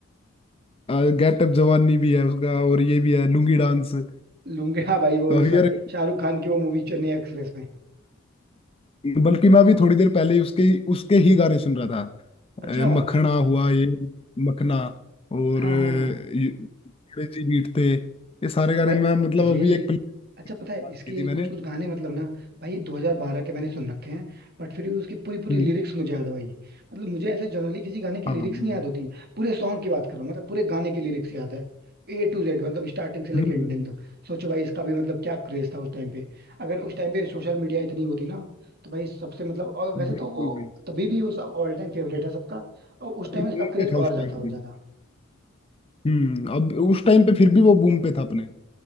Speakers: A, on the left; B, on the right.
A: ये गेट अप जवानी भी है उसका और ये भी है लुंगी डांस अ,
B: लूंगे हाँ भाई वो
A: काफी
B: सा-
A: यार
B: शाहरुख खान की वो मूवी चेन्नई एक्सप्रेस में
A: बल्कि मैं अभी थोड़ी देर पहले ही उसके उसके ही गाने सुन रहा था
B: अच्छा
A: अ, मखना हुआ ये मखना और
B: हाँ
A: अ,
B: हाँ
A: ये अंग्रेजी बीट पे ये सारे गाने
B: भाई
A: मैं मतलब
B: ये
A: अभी एक प्ले
B: अच्छा पता है
A: की
B: इसके
A: थी मैंने
B: कुछ कुछ गाने मतलब ना भाई 2012 के मैंने सुन रखे हैं बट फिर भी उसकी पूरी पूरी
A: हम्म
B: लिरिक्स मुझे याद है भाई मतलब मुझे ऐसे जनरली किसी गाने की
A: हाँ
B: लिरिक्स
A: हम्म
B: नहीं याद होती पूरे सॉन्ग की बात करूं मतलब पूरे गाने की लिरिक्स याद है ए टू जेड मतलब स्टार्टिंग से लेकर
A: हम्म, हम्म,
B: एंडिंग
A: हम्म,
B: तक सोचो भाई इसका भी मतलब क्या क्रेज था उस टाइम पे अगर उस टाइम पे सोशल मीडिया इतनी होती ना तो भाई सबसे मतलब और वैसे
A: बिल्कुल
B: तो वो
A: भाई
B: तभी भी वो सब ऑल टाइम फेवरेट है सबका और उस
A: अपने
B: टाइम इसका
A: बूम
B: क्रेज
A: पे था
B: और
A: उस
B: ज्यादा
A: टाइम
B: हो
A: पे
B: जाता
A: भी। हम्म अब उस टाइम पे फिर भी वो बूम पे था अपने